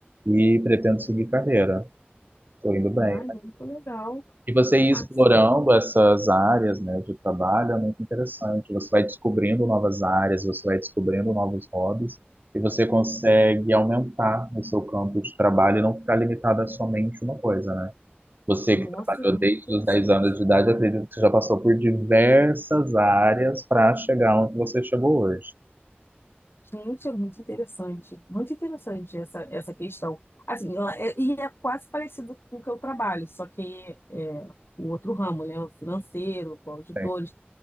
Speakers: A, on the right; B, on the left.
A: e pretendo seguir carreira. Estou indo bem.
B: Ai, muito legal.
A: E você ir
B: Ah,
A: explorando essas áreas, né, de trabalho é muito interessante. Você vai descobrindo novas áreas, você vai descobrindo novos hobbies e você consegue aumentar o seu campo de trabalho e não ficar limitado a somente uma coisa, né? Você
B: nossa,
A: que trabalhou
B: é muito
A: desde
B: interessante.
A: os 10 anos de idade, eu acredito que você já passou por diversas áreas para chegar onde você chegou hoje.
B: Gente, é muito interessante. Muito interessante essa, essa questão. Assim, ela é- e é quase parecido com o que eu trabalho, só que é, o outro ramo, né? O financeiro, com auditores.
A: Sim,